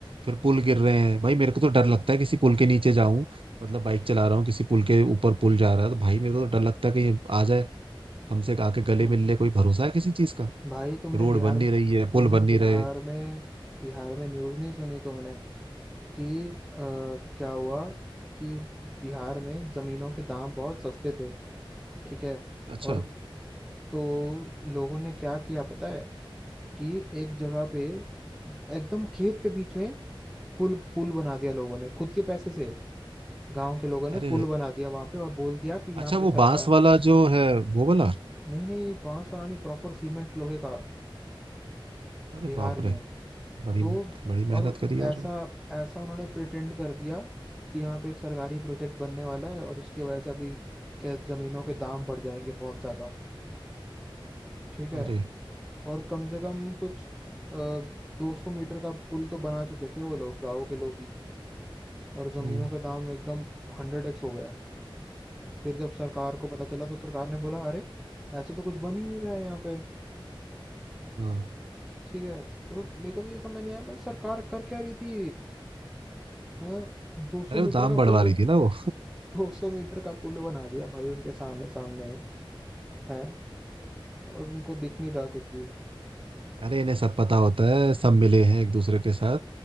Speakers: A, on the right; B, in the centre.
A: फिर पुल
B: देखा
A: गिर रहे
B: था
A: हैं भाई मेरे को तो डर लगता है किसी पुल के नीचे जाऊं मतलब बाइक चला रहा हूँ किसी पुल के ऊपर पुल जा रहा है तो भाई मेरे को तो डर लगता है कहीं आ जाए हमसे आके गले
B: हम्म
A: मिल ले कोई भरोसा है किसी चीज का
B: भाई तुमने
A: रोड
B: बिहार
A: बन नहीं रही है पुल
B: तुमने
A: बन नहीं
B: बिहार
A: रहे
B: में बिहार में न्यूज़ नहीं सुनी तुमने कि अ, क्या हुआ कि बिहार में जमीनों के दाम बहुत सस्ते थे ठीक है
A: अच्छा
B: और तो लोगों ने क्या किया पता है कि एक जगह पे एकदम खेत के बीच में पुल पुल बना दिया लोगों ने खुद के पैसे से गांव के लोगों ने
A: अरे
B: पुल बना दिया वहां पे और बोल दिया कि यहाँ
A: अच्छा
B: पे
A: वो
B: सरकार
A: बांस वाला जो है वो वाला
B: नहीं नहीं बांस वाला नहीं प्रॉपर सीमेंट लोहे का
A: अरे
B: बिहार
A: बाप
B: में
A: रे बड़ी
B: तो
A: बड़ी मेहनत
B: और
A: करी यार
B: ऐसा ऐसा उन्होंने प्रिटेंड कर दिया कि यहाँ पे एक सरकारी प्रोजेक्ट बनने वाला है और इसकी वजह से अभी खेत जमीनों के दाम बढ़ जाएंगे बहुत ज्यादा ठीक है
A: अरे
B: और कम से कम कुछ दो सौ मीटर का पुल तो बना चुके थे वो लोग गांव के लोग ही और जमीनों
A: हम्म
B: के दाम एकदम हंड्रेड एक्स हो गया फिर जब सरकार को पता चला तो सरकार ने बोला अरे ऐसा तो कुछ बन ही नहीं रहा है यहाँ पे
A: हाँ
B: ठीक है तो मेरे को तो ये समझ नहीं आया भाई सरकार कर क्या रही थी हाँ दो सौ
A: अरे
B: मीटर
A: वो दाम
B: का
A: बढ़वा
B: पुल
A: रही थी ना वो
B: दो सौ मीटर का पुल बना दिया भाई उनके सामने सामने है, है और उनको दिख नहीं रहा कुछ भी
A: अरे इन्हें सब पता होता है सब मिले हैं एक दूसरे के साथ